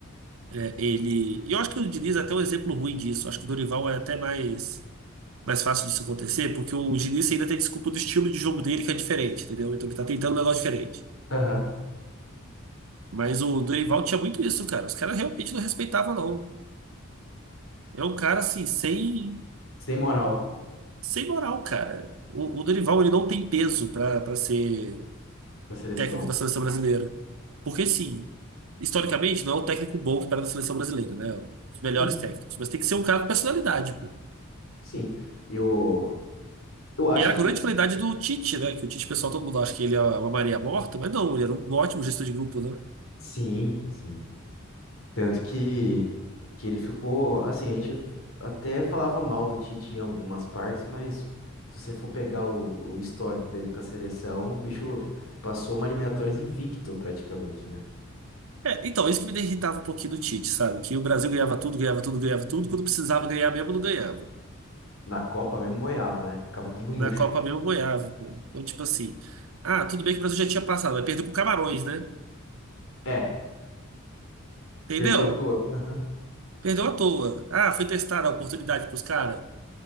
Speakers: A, on the right; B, on the left.
A: é, ele... E eu acho que o Diniz é até um exemplo ruim disso. Acho que o Dorival é até mais, mais fácil disso acontecer, porque o Diniz ainda tem desculpa do estilo de jogo dele que é diferente, entendeu? Então ele tá tentando um negócio diferente.
B: Aham.
A: Mas o Dorival tinha muito isso, cara. Os caras realmente não respeitavam, não. É um cara, assim, sem...
B: Sem moral
A: Sem moral, cara. O, o Dorival, ele não tem peso pra para ser
B: da seleção.
A: técnico da seleção brasileira. Porque, sim, historicamente, não é um técnico bom que para da seleção brasileira, né? Um dos melhores
B: Uhum.
A: técnicos. Mas tem que ser um cara com personalidade, pô.
B: Sim. Eu, eu acho
A: E era
B: que.
A: a grande qualidade do Tite, né? Que o Tite, pessoal, todo mundo acha que ele é uma Maria morta, mas não, ele era um ótimo gestor de grupo, né?
B: Sim, sim. Tanto que, que ele ficou, assim, a gente até falava mal do Tite em algumas partes, mas se você for pegar o, o histórico dele com a seleção, o bicho passou uma eliminatórias invicto praticamente, né?
A: É, então, isso que me irritava um pouquinho do Tite, sabe? Que o Brasil ganhava tudo, ganhava tudo, ganhava tudo. Quando precisava ganhar mesmo, não ganhava.
B: Na Copa mesmo moiava, né? Ficava tudo murcho.
A: Na Copa mesmo, ganhava, pô. Então, tipo assim. Ah, tudo bem que o Brasil já tinha passado, mas perdeu pro Camarões, né?
B: É,
A: Entendeu?
B: perdeu à toa. Aham.
A: Perdeu à toa. Ah, foi testada a oportunidade pros caras.